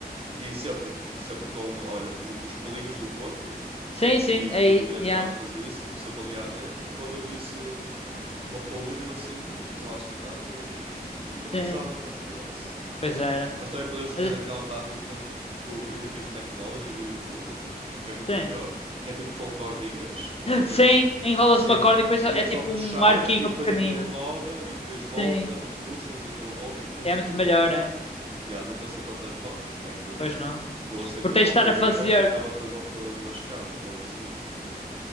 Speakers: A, on the right; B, on the left.
A: E sempre, sempre com, olha, o- os pelinhos do coco
B: Sim, sim.
A: e folhinhas
B: Aí, yeah.
A: mortas e isso, tipo sempre ali à beira. Quando eu visse uma faúlha ou assim, pronto, começava a soprar devagarinho e
B: Sim.
A: rezava para que pegasse.
B: Pois era.
A: Mas também podemos fazer
B: Mas,
A: aquela tática do Primitive Technology do YouTube, que é muito
B: sim.
A: melhor. Que é tipo com cordinhas e fazemos
B: Sim, enrolas
A: sim.
B: uma corda e depois é
A: E é
B: é
A: só
B: tipo
A: puxar
B: um arquinho
A: e depois
B: pequenino.
A: aquilo roda e depois volta
B: Sim.
A: e puxas e aquilo volta e puxas
B: É muito
A: e
B: melhor,
A: volta.
B: é?
A: e ah não cansa tanto as mãos. É que
B: Pois não.
A: eu acendi
B: Porque
A: uma
B: tens de estar
A: fogueira
B: a fazer
A: e estava com as mãos todas lascadas logo a seguir, de certeza.